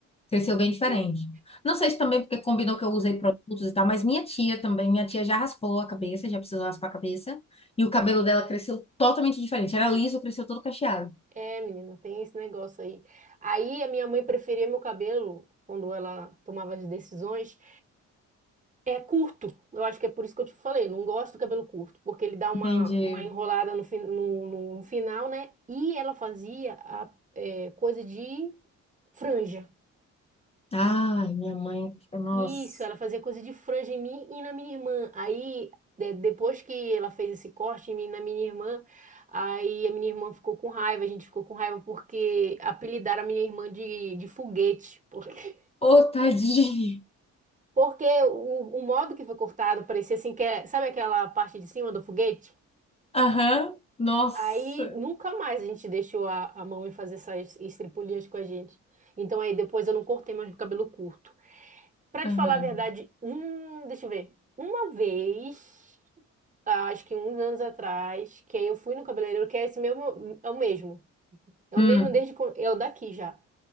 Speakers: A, on the left; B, on the right.
A: Cresceu bem diferente.
B: Sei.
A: Não sei se também porque combinou que eu usei produtos e tal, mas minha tia também, minha tia já raspou a cabeça, já precisou raspar a cabeça, e o cabelo dela cresceu totalmente diferente. Era liso, cresceu todo cacheado.
B: É, menina, tem esse negócio aí. Aí a minha mãe preferia meu cabelo, quando ela tomava as decisões, é curto. Eu acho que é por isso que eu te falei, não gosto do cabelo curto, porque ele dá uma,
A: Entendi.
B: uma enrolada no, fin- no, no final, né? E ela fazia a, é, coisa de franja.
A: Ai, minha mãe, nossa.
B: Isso, ela fazia coisa de franja em mim e na minha irmã. Aí, de- depois que ela fez esse corte em mim e na minha irmã, aí a minha irmã ficou com raiva, a gente ficou com raiva porque apelidaram a minha irmã de, de foguete. Porque,
A: Ô, tadinha.
B: <laughs> porque o, o modo que foi cortado parecia assim que é, sabe aquela parte de cima do foguete?
A: Aham, nossa.
B: Aí nunca mais a gente deixou a, a mamãe fazer essas estripulias com a gente. Então aí depois eu não cortei mais o cabelo curto. Pra
A: Aham.
B: te falar a verdade, hum, deixa eu ver. Uma vez. Ah, acho que uns anos atrás, que aí eu fui no cabeleireiro, que é esse mesmo, é o mesmo. É
A: Hum,
B: o mesmo desde quando- é o daqui já.